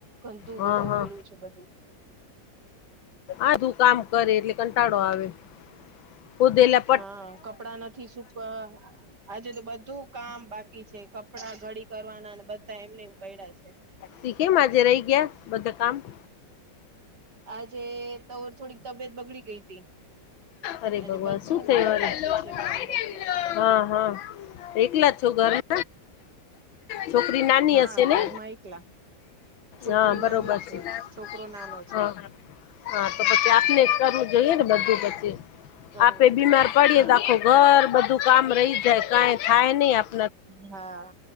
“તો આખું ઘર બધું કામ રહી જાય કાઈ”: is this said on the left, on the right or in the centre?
Left